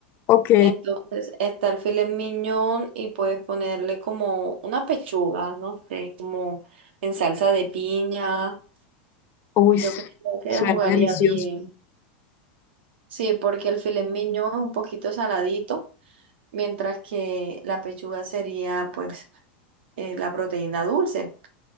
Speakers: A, on the left (about 40°); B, on the right (about 80°).
A: Ok.
B: Entonces está el filet mignon y puedes ponerle como una pechuga, no sé, como en salsa de piña.
A: Uy,
B: Yo
A: s-
B: creo que
A: suena
B: jugaría
A: delicioso.
B: bien. Sí, porque el filet mignon es un poquito saladito, mientras que la pechuga sería pues eh, la proteína dulce,